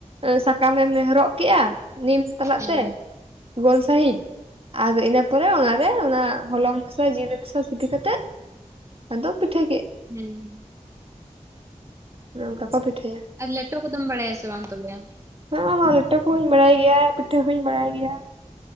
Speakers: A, on the right; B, on the right.
A: ᱮ ᱥᱟᱠᱟᱢᱮᱢ ᱨᱚᱜ ᱠᱮᱫᱼᱟ, ᱱᱤᱢ ᱛᱮᱱᱟᱜ
B: ᱦᱮᱸ
A: ᱛᱮ ᱜᱳᱞ ᱥᱟᱺᱦᱤᱡ᱾ ᱟᱫᱚ ᱤᱱᱟᱹ ᱯᱚᱨᱮ ᱚᱱᱟᱨᱮ ᱚᱱᱟ ᱦᱚᱞᱚᱝ ᱢᱮᱥᱟ ᱡᱤᱞ ᱢᱮᱥᱟ ᱥᱤᱯᱤ ᱠᱟᱛᱮᱫ ᱟᱫᱚ ᱯᱤᱴᱷᱟ ᱠᱮᱜ᱾
B: ᱦᱮᱸ,
A: ᱚᱱᱮ ᱚᱱᱠᱟ ᱠᱚ ᱯᱤᱴᱷᱟᱹᱭᱟ
B: ᱟᱨ ᱞᱮᱴᱚ ᱠᱚᱫᱚᱢ ᱵᱟᱲᱟᱭᱟ ᱥᱮ ᱵᱟᱝ? ᱛᱚᱵᱮ ᱟᱢ?
A: ᱦᱚᱸ ᱦᱚᱸ ᱞᱮᱴᱚ ᱠᱚᱦᱟᱧ ᱵᱟᱲᱟᱭ ᱜᱮᱭᱟ, ᱯᱤᱴᱷᱟᱹ ᱦᱚᱧ ᱵᱟᱲᱟᱭ ᱜᱮᱭᱟ।